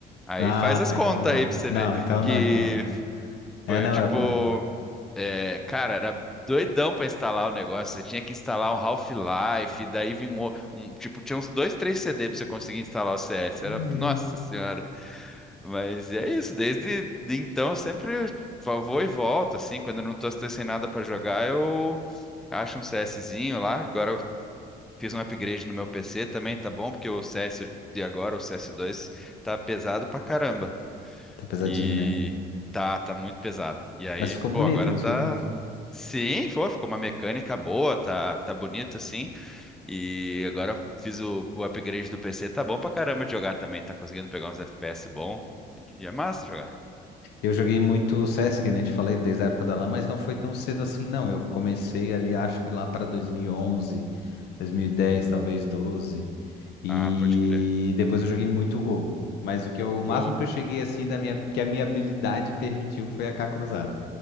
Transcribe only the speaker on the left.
Ah,
tá.
Então não.
Não,
então
não, então não. É,
não,
é o. como é.
Ih,
Tá pesadinho,
né?
Mas ficou bonito,
mas
ficou bonito.
Eu joguei muito CS, que nem te falei, desde a época da LAN, mas não foi tão cedo assim, não. Eu comecei ali, acho que lá para 2011, 2010, talvez 12. E
depois eu joguei muito Gol. Mas o que eu-
o
máximo que eu cheguei assim da minha, que a minha habilidade permitiu foi a AK cruzado